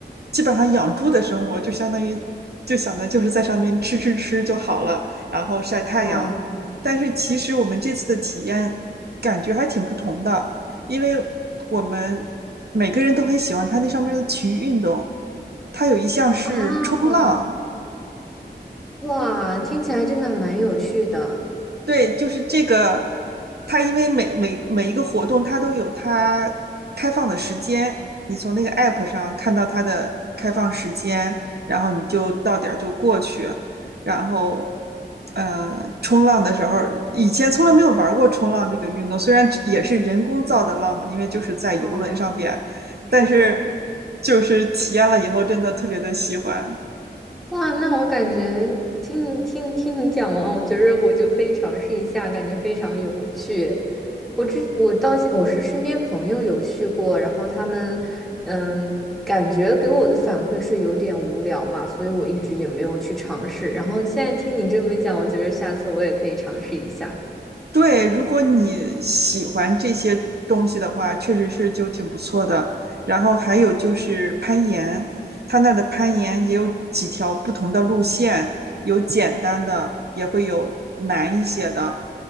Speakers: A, on the right; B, in the centre.
A: 基本上养猪的生活，就相当于就想的就是在上面吃吃吃就好了，然后晒太阳。
B: 哦
A: 但是其实我们这次的体验感觉还挺不同的，因为我们每个人都很喜欢它那上面的体育运动，它有一项是冲浪，
B: 啊，哇，听起来真的还蛮有趣的。
A: 对，就是这个，它因为每每每一个活动，它都有它开放的时间，你从那个 app 上看到它的开放时间，然后你就到点儿就过去，然后，呃，冲浪的时候，以前从来没有玩过冲浪这个运动，虽然只也是人工造的浪嘛，因为就是在游轮上边，
B: 嗯，是是。
A: 但是就是体验了以后，真的特别的喜欢。
B: 哇，那我感觉听你听听你讲完，我觉得我就可以尝试一下，感觉非常有趣。我之我到现我是身边朋友有去过，然后他们，嗯，感觉给我的反馈是有点无聊嘛，所以我一直也没有去尝试。然后现在听你这么一讲，我觉得下次我也可以尝试一下。
A: 对，如果你喜欢这些东西的话，确实是就挺不错的。然后还有就是攀岩，它那儿的攀岩也有几条不同的路线，有简单的，也会有难一些的。